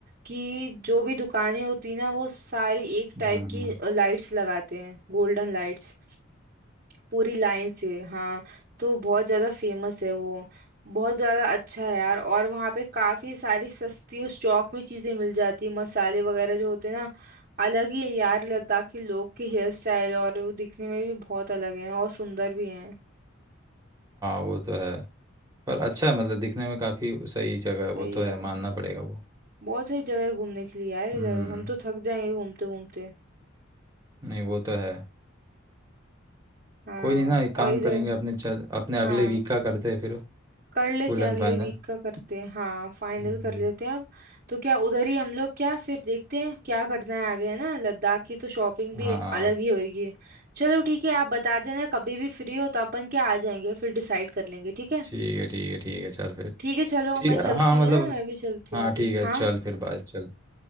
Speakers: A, on the right (about 45°); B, on the right (about 15°).
A: कि जो भी दुकानें होती है ना वो सारी एक
B: うんうん、うん、うん、うん、うん、うんहाँ
A: टाइप की लाइट्स लगाते हैं गोल्डन लाइट्स पूरी लाइन से हाँ तो बहुत ज्यादा फेमस है वो बहुत ज्यादा अच्छा है यार और वहाँ पे काफी सारी सस्ती उस चौक में चीजें मिल जाती है मसाले वगैरह जो होते हैं ना अलग ही है यार लद्दाखी लोग के हेयर स्टाइल और वो दिखने में भी बहुत अलग है और सुंदर भी है
B: वो तो है पर अच्छा है मतलब दिखने में काफ़ी सही जगह है
A: सही
B: वो तो है
A: है
B: मानना पड़ेगा वो
A: बहुत सारी जगह है घूमने के लिए यार
B: हम्म
A: इधर हम तो थक जाएंगे घूमते घूमते
B: नहीं वो तो है
A: हाँ
B: कोई नहीं ना एक काम
A: और इधर
B: करेंगे अपने चल अपने अगले
A: हाँ
B: वीक का करते हैं फिर
A: कर लेते
B: Full and
A: हैं अगले
B: final
A: वीक का करते हैं हाँ फाइनल
B: हम्म
A: कर लेते हैं अब तो क्या उधर ही हम लोग क्या फिर देखते हैं क्या करना है आगे है ना लद्दाख की तो शॉपिंग भी
B: हाँ
A: अलग ही होगी चलो ठीक है आप बता देना कभी भी फ्री हो तो अपन क्या आ जाएंगे फिर डिसाइड कर लेंगे ठीक है
B: ठीक है ठीक है ठीक है चल फिर
A: ठीक है चलो
B: ठीक
A: मैं
B: है
A: चलती
B: हाँ
A: हूँ
B: मतलब
A: है ना मैं भी चलती
B: हाँ
A: हूँ अभी
B: ठीक है
A: हाँ
B: चल फिर बाय चल